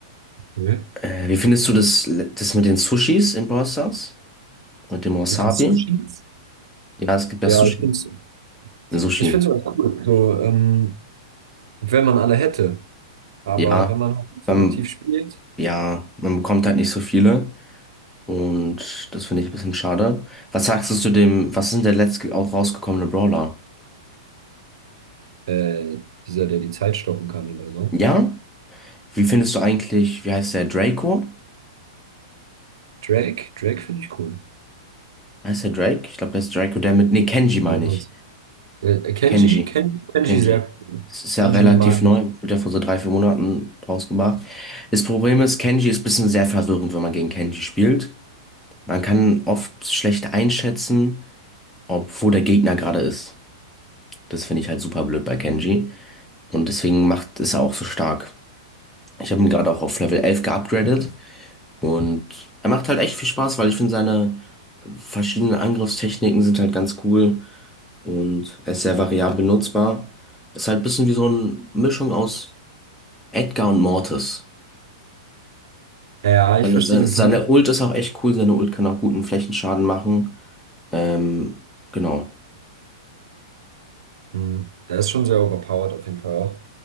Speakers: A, on the right (about 80°); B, in the centre.
A: Okay.
B: Äh, wie findest du das, das mit den Sushis in Brawl Stars? Mit dem Wasabi?
A: Mit den Sushis?
B: Ja, es gibt
A: Ja,
B: ja Sushi.
A: ich finde es
B: Sushi.
A: ich find's immer cool, so, ähm, wenn man alle hätte. Aber
B: Ja.
A: wenn man halt nicht
B: Beim,
A: so aktiv spielt,
B: ja, man bekommt halt nicht so viele. Und das finde ich ein bisschen schade. Was sagst du zu dem, was ist denn der letzte auch rausgekommene Brawler?
A: äh, dieser, der die Zeit stoppen kann oder so.
B: Ja? Wie findest du eigentlich, wie heißt der, Draco?
A: Drake, Drake finde ich cool.
B: Heißt der Drake? Ich glaube, der ist Draco, der mit, nee, Kenji meine
A: Ja, das.
B: ich.
A: Äh, Kenji,
B: Kenji.
A: Ken, Kenji
B: Kenji.
A: sehr, cool.
B: Das ist ja
A: Kenji
B: relativ
A: mag
B: neu,
A: ich.
B: wird ja vor so drei, vier Monaten rausgebracht. Das Problem ist, Kenji ist ein bisschen sehr verwirrend, wenn man gegen Kenji spielt. Man kann oft schlecht einschätzen, ob, wo der Gegner gerade ist. Das finde ich halt super blöd bei Kenji. Und deswegen macht es auch so stark. Ich habe ihn gerade auch auf Level 11 geupgradet und er macht halt echt viel Spaß, weil ich finde, seine verschiedenen Angriffstechniken sind halt ganz cool und er ist sehr variabel nutzbar. Ist halt ein bisschen wie so eine Mischung aus Edgar und Mortis.
A: Ja, ja,
B: Seine,
A: ich verstehe
B: seine,
A: den
B: seine
A: Punkt.
B: Ult ist auch echt cool, seine Ult kann auch guten Flächenschaden machen. Ähm, genau.
A: Mhm. Der ist schon sehr overpowered auf jeden Fall auch.